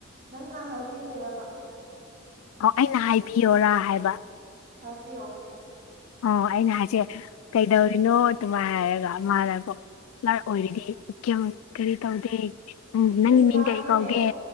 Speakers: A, on the right; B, on the left.
A: ꯅꯪꯅ ꯍꯥꯏꯕꯤꯒꯔꯕ
B: ꯑꯣ ꯑꯩꯅ ꯍꯥꯏꯕꯤꯌꯔꯥ ꯍꯥꯏꯕ
A: ꯍꯥꯏꯕꯤꯌꯣ
B: ꯑꯣ ꯑꯩꯅ ꯍꯥꯏꯁꯦ ꯀꯩꯗꯧꯔꯤꯅꯣ ꯑꯗꯨꯃꯥꯏꯅ ꯍꯥꯏꯔꯒ ꯃꯥꯅꯀꯣ ꯂꯔ ꯑꯣꯏꯔꯤꯗꯤ ꯀꯌꯥꯝ ꯀꯔꯤ ꯇꯧꯗꯦ ꯎꯝ
A: ꯖꯁ
B: ꯅꯪꯒꯤ ꯃꯤꯡ
A: ꯃꯥꯒꯤꯅꯦ
B: ꯀꯩ ꯀꯧꯒꯦ